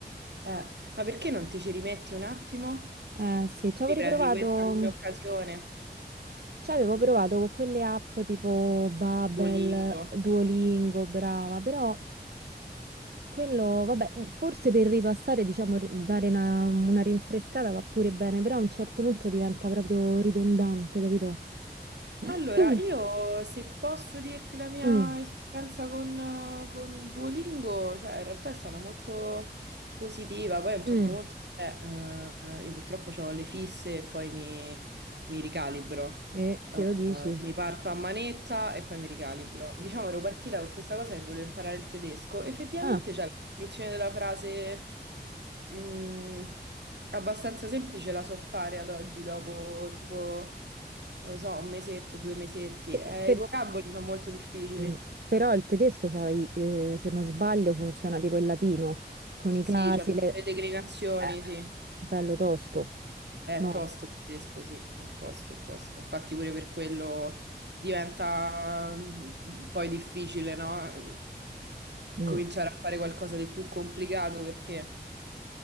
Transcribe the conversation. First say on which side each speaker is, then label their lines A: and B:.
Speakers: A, on the right; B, on the right.
A: Eh, ma perché non ti ci rimetti un attimo?
B: eh sì, ci avevo
A: Riprendi
B: riprovato,
A: questa come
B: mh,
A: occasione,
B: ci avevo provato con quelle app tipo Babbel,
A: Duolingo.
B: Duolingo, brava, però quello, vabbè, forse per ripassare, diciamo, ri- dare una, una rinfrescata va pure bene, però a un certo punto diventa proprio ridondante, capito? <clears throat>
A: Allora, io se posso dirti la mia
B: Mm,
A: esperienza con, eh, con Duolingo, cioè in realtà è stata molto positiva, poi a un
B: mm.
A: certo punto eh, eh, io purtroppo ho le fisse e poi mi, mi ricalibro,
B: E chi
A: Eh, eh,
B: lo dici?
A: quindi parto a manetta e poi mi ricalibro. Diciamo ero partita con questa cosa che volevo imparare il tedesco, effettivamente
B: Ah,
A: c'è la costruzione della frase mh, abbastanza semplice, la so fare ad oggi dopo tipo non lo so, un mesetto, due mesetti.
B: che-
A: Eh,
B: per-
A: i vocaboli sono molto difficili.
B: Mm. Però il tedesco, c'ha i- eh, se non sbaglio, funziona tipo il latino, con i
A: Sì,
B: casi,
A: c'ha tutte
B: le...
A: le declinazioni,
B: eh,
A: sì.
B: bello tosto,
A: È
B: no?
A: tosto il tedesco, sì, è tosto, è tosto. Infatti pure per quello diventa mm, poi difficile, no?
B: Mm.
A: Cominciare a fare qualcosa di più complicato perché